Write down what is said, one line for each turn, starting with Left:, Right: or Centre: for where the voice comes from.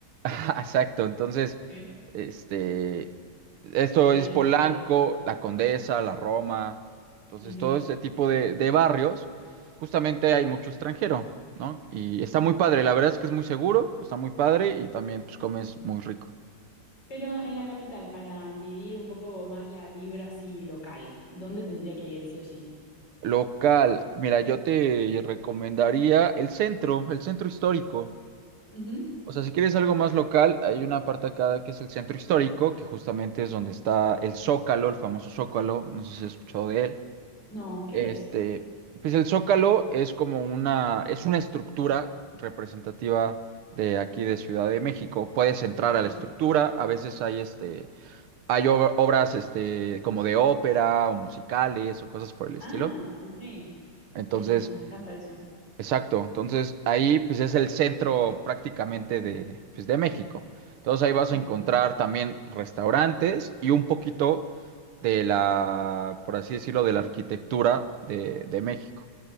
Right: <laughs> Exacto, entonces,
Left: Sí.
Right: este, esto
Left: lleno
Right: es
Left: de
Right: Polanco,
Left: cafés.
Right: La Condesa, La Roma, entonces
Left: Ujú.
Right: todo este tipo de, de barrios, justamente hay mucho extranjero, ¿no? Y está muy padre, la verdad es que es muy seguro, está muy padre y también pues comes muy rico.
Left: Pero en la capital, para vivir un poco más la vibra así local, ¿dónde tendría que ir sí o sí?
Right: Local, mira, yo te recomendaría el centro, el centro histórico.
Left: Ujú.
Right: O sea, si quieres algo más local, hay una parte acá que es el centro histórico, que justamente es donde está el Zócalo, el famoso Zócalo, no sé si has escuchado de él.
Left: No, ¿qué
Right: Este,
Left: es?
Right: pues el Zócalo es como una, es una estructura representativa de aquí de Ciudad de México. Puedes entrar a
Left: Sí.
Right: la estructura, a veces hay este, hay ob- obras este, como de ópera o musicales o cosas por el estilo.
Left: Ah, ok.
Right: Entonces,
Left: Buenísimo, me encanta eso.
Right: exacto. Entonces ahí pues es el centro prácticamente de, pues, de México. Entonces ahí vas
Left: Ok.
Right: a encontrar también restaurantes y un poquito de la, por así decirlo, de la arquitectura de, de México.